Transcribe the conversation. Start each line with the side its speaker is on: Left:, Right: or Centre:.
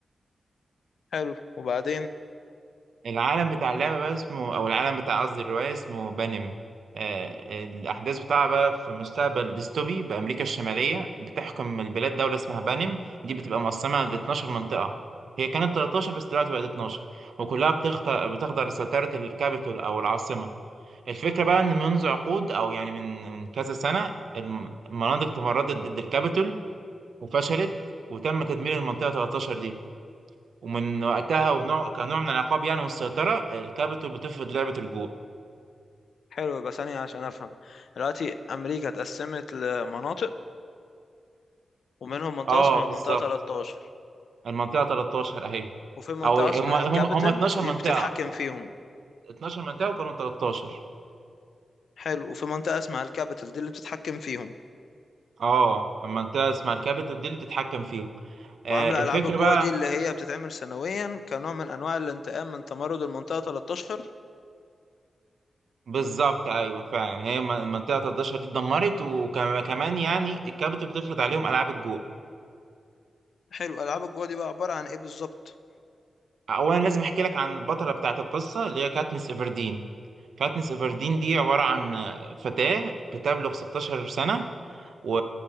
Left: حلو وبعدين
Right: العالم بتاع اللعبة بقى اسمه أو العالم بتاع قصدي الرواية اسمه بانم آه الأحداث بتاعها بقى في مستقبل ديستوبي بأمريكا الشمالية بتحكم البلاد دولة اسمها بانم دي بتبقى مقسمة ل 12 منطقة هي كانت 13 بس دلوقتي بقت 12 وكلها بتخضع بتخضع لسيطرة الكابيتول أو العاصمة الفكرة بقى إن منذ عقود أو يعني من من كذا سنة الم- المناطق تمردت ضد الكابيتول وفشلت وتم تدمير المنطقة 13 دي ومن وقتها
Left: حلو
Right: ونوع كنوع من العقاب يعني والسيطرة الكابيتول بتفرض لعبة الجو
Left: حلو، يبقى ثانية عشان افهم دلوقتي امريكا اتقسمت لمناطق ومنهم منطقة
Right: اه
Left: اسمها المنطقة
Right: بالظبط
Left: 13
Right: المنطقة 13 أهي
Left: وفي منطقة
Right: أو هم
Left: اسمها
Right: هم
Left: الكابيتال
Right: هم 12
Left: دي
Right: منطقة
Left: بتتحكم فيهم
Right: 12 منطقة وكانوا 13
Left: حلو وفي منطقة اسمها الكابيتال دي اللي بتتحكم فيهم
Right: اه المنطقة اسمها الكابيتول دي اللي بتتحكم فيهم آه
Left: وعاملة
Right: الفكرة
Left: ألعاب الجوع
Right: بقى
Left: دي اللي هي بتتعمل سنويا كنوع من أنواع الانتقام من تمرد المنطقة 13
Right: بالظبط ايوه فعلا هي م- منطقه 13 دي اتدمرت وكمان يعني الكابت بتفرض عليهم العاب الجوع
Left: حلو ألعاب الجوع دي بقى عبارة عن إيه بالظبط
Right: اولا لازم احكي لك عن البطله بتاعت القصه اللي هي كاتنس ايفردين كاتنس ايفردين دي عباره عن فتاه بتبلغ 16 سنه و...